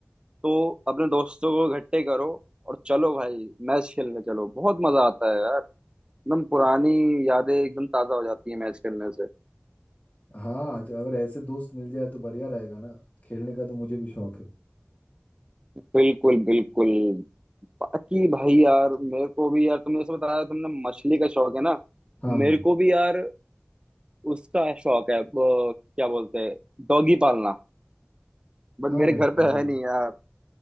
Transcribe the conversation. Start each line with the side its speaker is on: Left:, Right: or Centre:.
Right: तो अपने दोस्तों को इकट्ठे करो और चलो भाई मैच खेलने चलो बहुत मजा आता है यार एकदम पुरानी यादें एकदम ताजा हो जाती है मैच खेलने से
Left: हाँ आज अगर ऐसे दोस्त मिल जाए तो बढ़िया रहेगा ना खेलने का तो मुझे भी शौक है
Right: बिल्कुल बिल्कुल बाकी भाई यार मेरे को भी यार तुमने जैसे बताया तुमने मछली का शौक है ना
Left: हाँ हाँ
Right: मेरे को भी यार उसका शौक है वो क्या बोलते हैं डॉगी पालना बट
Left: हाँ
Right: मेरे
Left: भाई
Right: घर
Left: मुझे
Right: पे
Left: भी।
Right: है नहीं यार